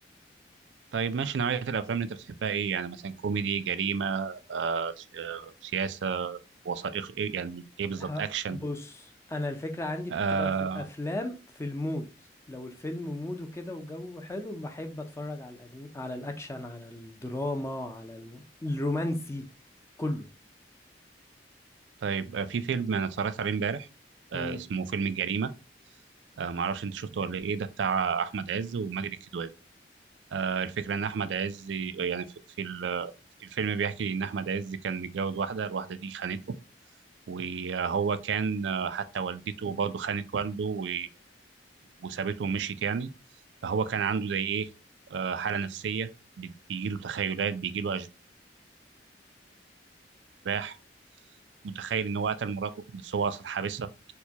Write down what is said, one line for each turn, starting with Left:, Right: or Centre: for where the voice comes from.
Right: طيب ماشي نوعية الأفلام اللي أنت بتحبها إيه؟ يعني مثلا كوميدي، جريمة، آه، س- آه، سياسة، وثائقي، إيه يعني إيه بالظبط؟
Left: ه-
Right: أكشن؟
Left: بص انا الفكره عندي
Right: آه،
Left: بتبقى في الافلام في المود لو الفيلم موده كده وجوه حلو بحب اتفرج على الأجن... على الاكشن على الدراما على الم... الرومانسي كله
Right: طيب آه، في فيلم أنا اتفرجت عليه إمبارح آه،
Left: امم
Right: اسمه فيلم الجريمة، آه، معرفش أنت شفته ولا إيه ده بتاع أحمد عز وماجد الكدواني. آه، الفكرة إن أحمد عز آه، يعني في في ال- الفيلم بيحكي إن أحمد عز كان متجوز واحدة، الواحدة دي خانته. وهو كان حتى والدته برضه خانت والده و- وسابته ومشيت يعني فهو كان عنده زي ايه آه، حالة نفسية بيجي له تخيلات بيجي له أشباح متخيل إن هو قتل مراته بس هو أصلا حابسها